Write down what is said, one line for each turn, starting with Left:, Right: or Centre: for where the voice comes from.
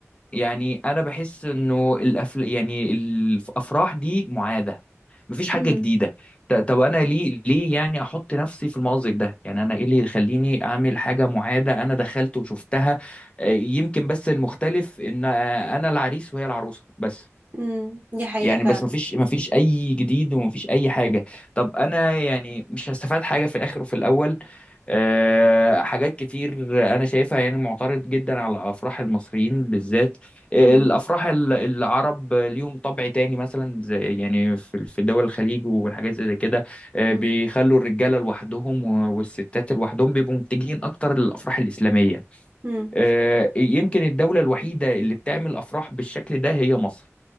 Left: يعني انا بحس انه الأفل... يعني الافراح دي معاده مفيش حاجه
Right: مم.
Left: جديده ط- طب انا ليه ليه يعني احط نفسي في المأزق ده يعني انا ايه اللي يخليني اعمل حاجه معاده انا دخلت وشفتها آه، يمكن بس المختلف ان آه، انا العريس وهي العروسه بس
Right: مم. دي حقيقه
Left: يعني
Right: فعلا
Left: بس مفيش مفيش اي جديد ومفيش اي حاجه طب انا يعني مش هستفاد حاجه في الاخر وفي الاول أه حاجات كتير انا شايفها يعني معترض جدا على افراح المصريين بالذات آه،
Right: مم.
Left: الافراح ال- العرب ليهم طبع تاني مثلا زي يعني في في دول الخليج والحاجات زي كده آه،
Right: مم.
Left: بيخلوا الرجاله لوحدهم و- والستات لوحدهم بيبقوا متجهين اكتر للافراح الاسلاميه
Right: مم.
Left: أه يمكن الدوله الوحيده اللي بتعمل افراح بالشكل ده هي مصر